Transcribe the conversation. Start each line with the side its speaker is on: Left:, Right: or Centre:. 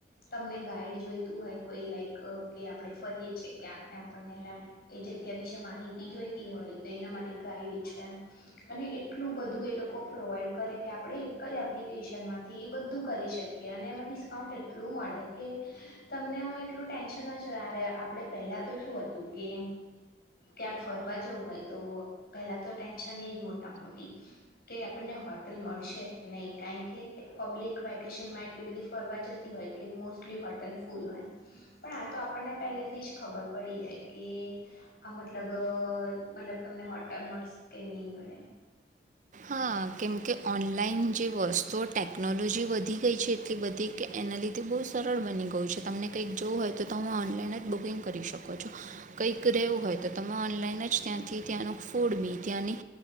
Left: તમને ગાઈડ જોઈતું હોય કોઈ લાઈક કે આપણે ફરીએ છીએ ક્યાંકને આપણને એ જગ્યા વિશે માહિતી જોઈતી હોય તો એના માટે ગાઈડ છે અને એટલું બધું એ લોકો પ્રોવાઈડ કરે કે આપણેે એક જ એપ્લિકેશન માંથી બધું કરી શકીએ અને એમાં ડિસ્કાઉન્ટ એટલું મળે કે તમને આમ એટલું ટેન્શન જ ના રે આપણે પહેલા તો શું હતું કે ક્યાંક ફરવા જવું હોય તો પહેલાં તો ટેન્શન એ જ મોટા મોટી કે આપણને હોટલ મળશે કે નહીં કારણ કે પબ્લિક વેકેશનમાં એટલી બધી ફરવા જતી હોય કે મોસ્ટલી હોટલ ફૂલ હોય પણ આ તો આપણને પહેલેથી જ ખબર પડી જાય કે આ મતલબ મતલબ તમને હોટ મળશે કે નહીં મળે.
Right: હા કેમકે ઓનલાઈન જે વસ્તુ તો ટેકનોલોજી વધી ગઈ છે એટલી બધી કે એના લીધે બહુ સરળ બની ગયું છે તમને કંઈક જવું હોય તો ત હમે ઓનલાઈન જ બુકિંગ કરી શકો છો કંઈક રહેવું હોય તો તમે ઓનલાઈન જ ત્યાંથી ત્યાંનું ફૂડ બી ત્યાંની